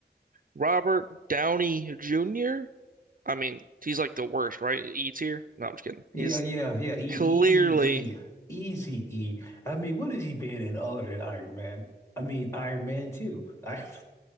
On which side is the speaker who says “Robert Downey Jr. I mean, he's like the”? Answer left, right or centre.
Right